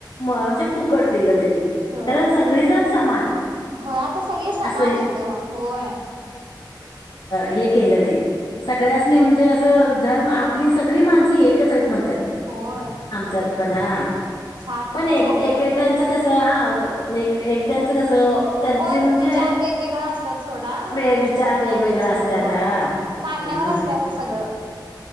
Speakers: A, on the left; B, on the right.
A: म्हणजे फुकट दिलं त्यांनी
B: हो
A: कारण सगळी जण समान
B: होय आता सगळे समान
A: असं
B: आहेत ओ होय
A: हे केलं नाहीत. सगळ्यांसनी म्हणजे असं धर्म आपली सग ळी माणस एकच आहेत म्हण त्यात
B: होय
A: आमच्यात पण हं.
B: छान
A: पण एक
B: झालं
A: एकेकट्याच कसं हा. होय एकेकट्याच कसं त्यांची
B: होय
A: म्हणजे
B: विचार वेगवेगळा असतात. सोडा
A: वे
B: त्याचं
A: विचार
B: पण
A: वेगवेगळा
B: काय नसत
A: असतात
B: होय.
A: हा
B: मानण्यावर
A: हम्म
B: असत आता सगळं